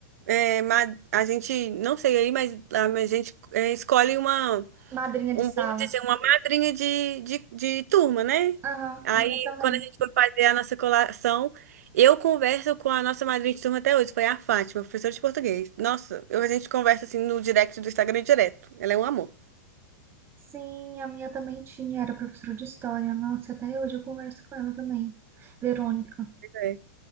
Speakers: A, on the right; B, on the right.
A: é, ma- a gente, não sei aí, mas a, a gente é, escolhe uma.
B: Madrinha
A: Um,
B: de sala.
A: vamos dizer, uma madrinha de, de, de turma, né?
B: Aham,
A: Aí,
B: a minha também.
A: quando a gente foi fazer a nossa colação, eu converso com a nossa madrinha de turma até hoje, foi a Fátima, professora de português. Nossa, eu, a gente conversa assim no direct do Instagram direto. Ela é um amor.
B: Sim, a minha também tinha. Era professora de história. Nossa, até hoje eu converso com ela também. Verônica.
A: é.